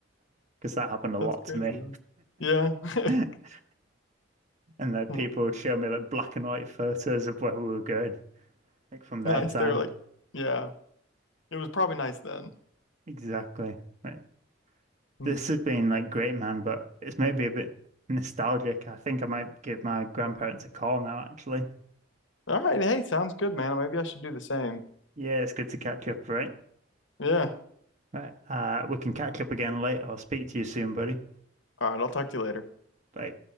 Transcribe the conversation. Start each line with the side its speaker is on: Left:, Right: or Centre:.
Right: that happened a lot
Left: That's crazy.
Right: to me.
Left: though. Yeah. <laughs>
Right: <laughs> And like
Left: Hmm.
Right: people would show me like black and white photos of where we were going. Like from their
Left: Nice.
Right: time.
Left: They were like, yeah, it was probably nice then.
Right: Exactly. Right.
Left: Hmm.
Right: This has been like great, man, but it's maybe a bit nostalgic. I think I might give my grandparents a call now, actually.
Left: All right. Hey, sounds good, man. Maybe I should do the same.
Right: Yeah, it's good to catch up, right?
Left: Yeah.
Right: Right. Uh, we can catch up again later. I'll speak to you soon, buddy.
Left: All right. I'll talk to you later.
Right: Bye.